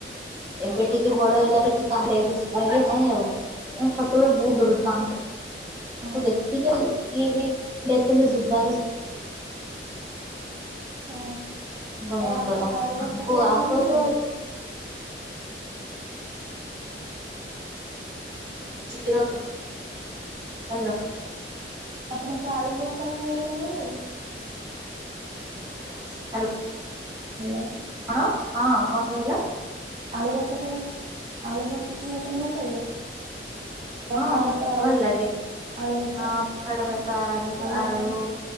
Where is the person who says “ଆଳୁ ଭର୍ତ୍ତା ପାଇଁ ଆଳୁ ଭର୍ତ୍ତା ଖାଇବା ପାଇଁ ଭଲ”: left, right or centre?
Right